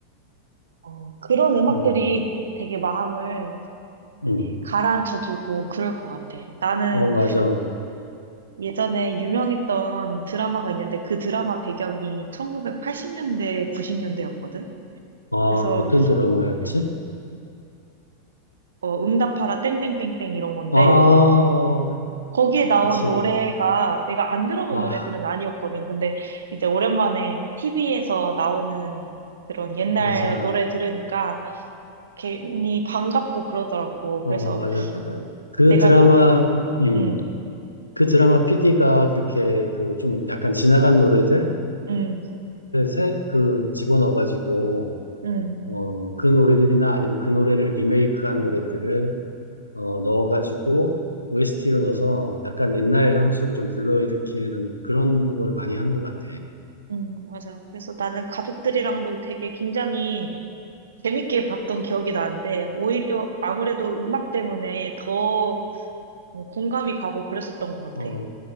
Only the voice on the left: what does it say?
음,
음.
어, 맞아.
아,
어떤 드라마였지?
아, 어,
그치.
아,
맞아.
어,
맞아. 그
드라마, 음,
그 드라마 PD가 그렇게 그 좀 약간 지나간 노래들을
새, 그 집어넣어가지고
어, 그 노래들이나 아니면 그 노래를 리메이크한 노래들을 어, 넣어가지고 OST로 넣어서 약간 옛날 향수를 좀 불러일으키는 그런 걸 많이 한 것 같아.
어,